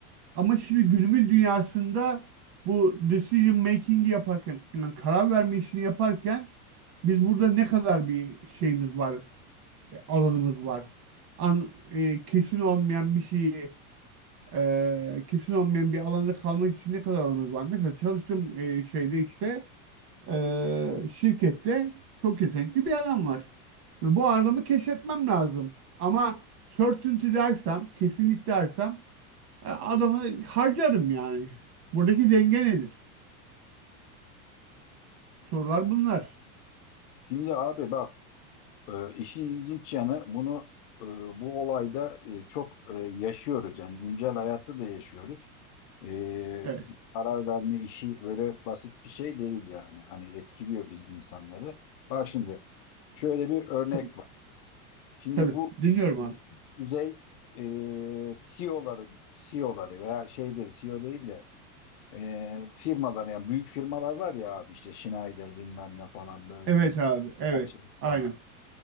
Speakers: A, on the right; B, on the left.
A: Ama şimdi günümüz dünyasında bu decision making'i yaparken, yani karar verme işini yaparken biz burada ne kadar bir şeyimiz var, e, alanımız var. An, e, kesin olmayan bir şeyi, e, kesin olmayan bir alanda kalmak için ne kadar alanımız var. Mesela çalıştığım e, şeyde işte e, şirkette çok yetenekli bir adam var. Ve bu adamı keşfetmem lazım. Ama certainty dersem, kesinlik dersem e, Adamı harcarım yani. Buradaki denge nedir? Sorular bunlar.
B: Şimdi abi bak Ee, işin ilginç yanı bunu e, bu olayda e, çok e, yaşıyoruz yani güncel hayatta da yaşıyoruz. Ee,
A: Evet.
B: karar verme işi öyle basit bir şey değil yani. Hani etkiliyor biz insanları. Bak şimdi şöyle bir örnek
A: Tabii.
B: var. Şimdi
A: Tabii.
B: bu,
A: Dinliyorum
B: bu
A: abi.
B: düzey e, CEO'ları CEO'ları veya şeyleri CEO değil de e, firmalar yani büyük firmalar var ya abi işte Schneider bilmem ne falan böyle
A: Evet
B: bizim
A: abi. Evet.
B: Arçelik
A: Aynen.
B: falan.